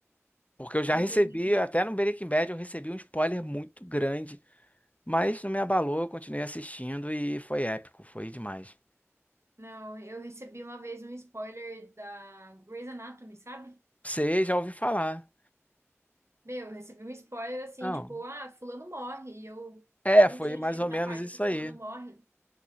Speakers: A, on the left; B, on the right.
A: Porque eu já
B: Entendi.
A: recebi, até no Breaking Bad, eu recebi um spoiler muito grande, mas não me abalou, eu continuei assistindo e foi épico, foi demais.
B: Não, eu recebi uma vez um spoiler da Grey's Anatomy, sabe?
A: Você já ouvi falar.
B: Meu, eu recebi um spoiler assim,
A: Não.
B: tipo, ah, fulano morre. E eu
A: É,
B: não
A: foi
B: tinha
A: mais
B: chegado
A: ou menos
B: na parte
A: isso
B: que o fulano
A: aí.
B: morre.